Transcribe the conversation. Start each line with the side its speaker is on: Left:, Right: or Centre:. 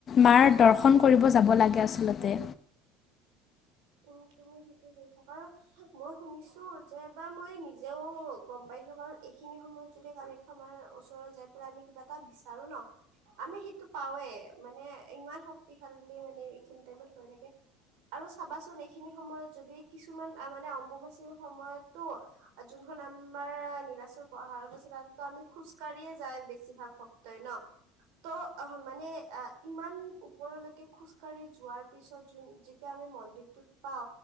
Left: মাৰ দৰ্শন কৰিব যাব লাগে আচলতে।
Right: <unintelligible> উম তুমি ঠিকে কৈছা কাৰণ মই শুনিছো যে এবাৰ মই নিজেও গম পাইছো। কাৰণ এইখিনি সময়ত যদি কামাখ্যা মাৰ ওপৰত যাই পেলাই আমি কিবা এটা বিচাৰো ন। আমি সেইটো পাওঁৱে মানে ইমান শক্তিশালী মানে এইখিনি টাইমত হৈ থাকে। আৰু ভাবা চোন এইখিনি সময়ত যদি কিছুমান মানে অম্বুমাচিৰ সময়তো যোনখন আম আমাৰ নীলাচৰ পাহাৰত আছে তাতো আমি খোজকাঢ়িয়ে যায় বেছিভাগ ভক্তই ন ত' অ মানে আ ইমান ওপৰলৈকে খোজকাঢ়ি যোৱাৰ পিছত যোন যেতিয়া আমি মন্ দিৰ টোত পাওঁ